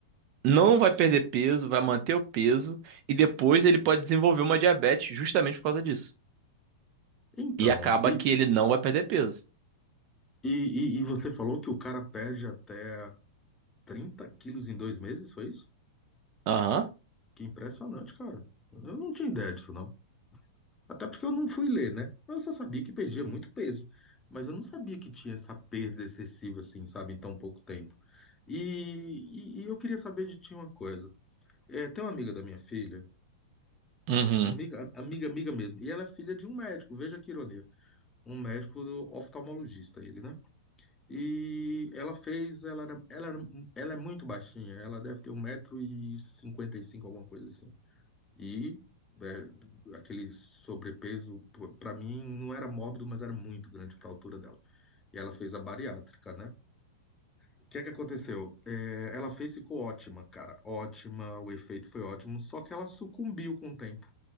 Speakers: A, on the right; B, on the left.
A: não vai perder peso, vai manter o peso e depois ele pode desenvolver uma diabetes justamente por causa disso.
B: Então,
A: E acaba
B: e,
A: que ele não vai perder peso.
B: e, e e você falou que o cara perde até 30 quilos em dois meses, foi isso?
A: Aham.
B: Que impressionante, cara. Eu não tinha ideia disso, não. Até porque eu não fui ler, né? Eu só sabia que perdia muito peso. Mas eu não sabia que tinha essa perda excessiva, assim, sabe, em tão pouco tempo. E, e, e eu queria saber de ti uma coisa. É, tem uma amiga da minha filha,
A: Uhum.
B: amiga, a- amiga, amiga mesmo, e ela é filha de um médico, veja que ironia, um médico oftalmologista, ele, né? E ela fez, ela, era- ela, era- ela é muito baixinha, ela deve ter um metro e cinquenta e cinco, alguma coisa assim. E é, aquele sobrepeso, para mim, não era mórbido, mas era muito grande para a altura dela. E ela fez a bariátrica, né? O que é que aconteceu? É, ela fez, ficou ótima, cara, ótima, o efeito foi ótimo, só que ela sucumbiu com o tempo.